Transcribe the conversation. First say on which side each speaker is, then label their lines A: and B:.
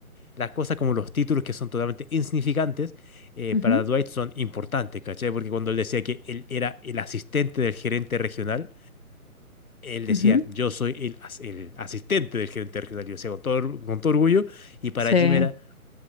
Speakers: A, on the left (about 70°); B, on the left (about 45°).
A: las cosas como los títulos que son totalmente insignificantes, eh,
B: Ujú,
A: para Dwight son importantes, ¿cachai? Porque cuando él decía que él era el asistente del gerente regional, él decía,
B: ujú.
A: yo soy el, as- el asistente del gerente regional, y lo decía con todo, or- con todo orgullo, y para
B: Sí,
A: Jim era,